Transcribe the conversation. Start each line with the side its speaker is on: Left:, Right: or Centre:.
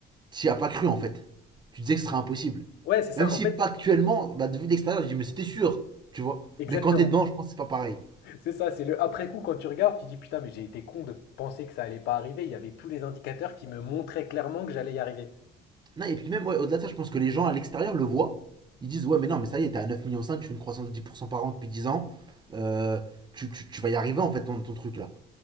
Right: t'y as pas cru en fait. Tu disais que ce serait impossible.
Left: Ouais, c'est ça.
Right: Même si
Left: En fait,
Right: factuellement, bah, de vue d'extérieur, je dis mais c'était sûr, tu vois.
Left: exactement.
Right: Mais quand t'es dedans, je pense que c'est pas pareil.
Left: C'est ça, c'est le après-coup quand tu regardes, tu dis putain, mais j'ai été con de penser que ça allait pas arriver. Il y avait tous les indicateurs qui me montraient clairement que j'allais y arriver.
Right: Non, et puis même, ouais, au-delà de ça, je pense que les gens à l'extérieur le voient. Ils disent ouais mais non mais ça y est, t'es à 9,5 millions, tu fais une croissance de 10% par an depuis 10 ans. Euh, tu, tu- tu vas y arriver en fait ton, ton truc là.